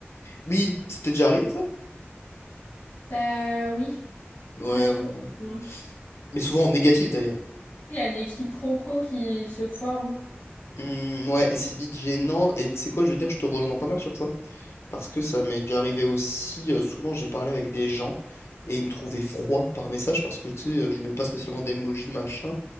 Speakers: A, on the left; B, on the left.
A: Oui, c'était déjà arrivé ça?
B: Bah oui,
A: Ouais,
B: très souvent.
A: ouais, ouais.
B: hein.
A: Mais souvent en négatif d'ailleurs.
B: Il y a des quiproquos qui se forment.
A: Hmm, ouais, et c'est vite gênant. Et tu sais quoi, je veux dire, je te rejoins pas mal sur ça. Parce que ça m'est déjà arrivé aussi. euh, souvent, j'ai parlé avec des gens et ils me trouvaient froid par message parce que tu sais, euh, je mets pas spécialement d'emoji, machin.